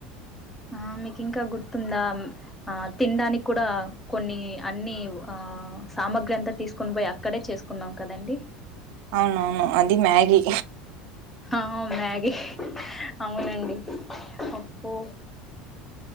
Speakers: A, in the centre; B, on the right.
A: ఆ మీకు ఇంకా గుర్తుందా ఆ తినడానికి కూడా కొన్ని అన్ని ఆ సామాగ్రి అంతా తీసుకుని పోయి అక్కడే చేసుకున్నాం కదండి
B: అవునవును అది మ్యాగి
A: హా మ్యాగీ అవునండి అప్పు